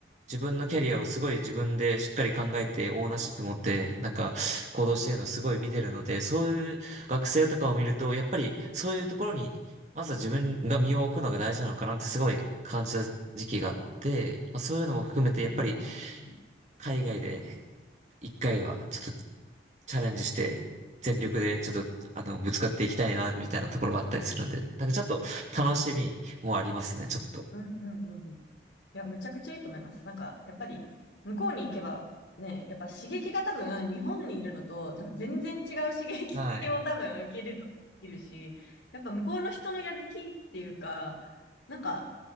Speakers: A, on the right; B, on the left.
A: 自分のキャリアをすごい自分でしっかり考えて、オーナーシップ持って、なんか、行動してるのをすごい見てるので、そういう学生とかを見ると、やっぱりそういうところに、まずは自分が身を置くのが大事なのかなってすごい感じた時期があって、まあ、そういうのも含めて、やっぱり
B: うん、うん、
A: 海外で一回はちょっとチャレンジして、全力でちょっと、あの、ぶつかっていきたいな、みたいなところがあったりするんで、
B: うん、
A: なんかちょっと楽しみもありますね、ちょっと。
B: うんうんうんうん。いや、むちゃくちゃいいと思います。なんか、やっぱり、向こうに行けば、ね、やっぱ刺激が多分、日本にいるのと、多分全然違う刺激を多分受けることができるし、
A: はい。
B: やっぱ向こうの人のやる気っていうか、なんか、